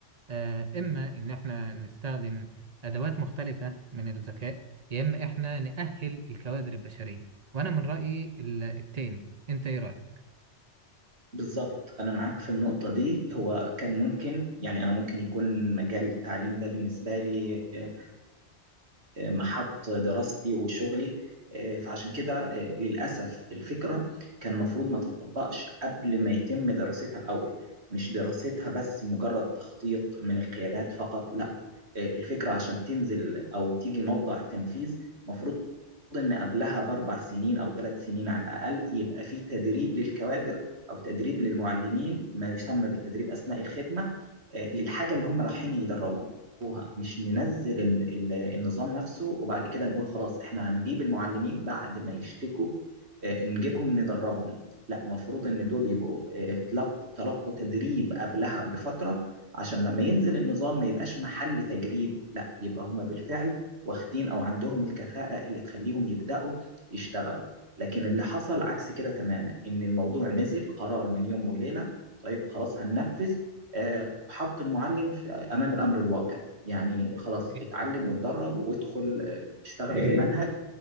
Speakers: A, on the right (about 40°); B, on the right (about 65°).
A: آه، إما إن إحنا نستخدم أدوات مختلفة من الذكاء يا إما إحنا نأهل الكوادر البشرية وأنا من رأيي ال- التاني أنت إيه رأيك؟
B: بالظبط أنا معاك في النقطة دي هو كان ممكن يعني أنا ممكن يكون مجال التعليم ده بالنسبة لي آه، محط دراستي وشغلي آه، فعشان كده آه، للأسف الفكرة كان المفروض ما تتطبقش قبل ما يتم دراستها الأول مش دراستها بس مجرد تخطيط من القيادات فقط لا آه، الفكرة عشان تنزل أو تيجي موضع تنفيذ مفروض ان قبلها باربع سنين او ثلاث سنين على الاقل يبقى في تدريب للكوادر او تدريب للمعلمين ما يسمى بالتدريب اثناء الخدمه آه، للحاجه اللي هم رايحين يدربوها مش ننزل ال- ال- النظام نفسه وبعد كده نقول خلاص احنا هنجيب المعلمين بعد ما يشتكوا آه، نجيبهم ندربهم لا مفروض ان دول يبقوا آه، تلقوا تلقوا تدريب قبلها بفتره عشان لما ينزل النظام ما يبقاش محل تجريب لا يبقى هم بالفعل واخدين او عندهم الكفاءة اللي تخليهم يبدأوا يشتغلوا لكن اللي حصل عكس كده تماما ان الموضوع نزل قرار من يوم وليلة طيب خلاص هننفذ آه، حط المعلم في امام الامر الواقع يعني خلاص
A: <laughs> إيه.
B: اتعلم واتدرب وادخل آه، اشتغل في منهج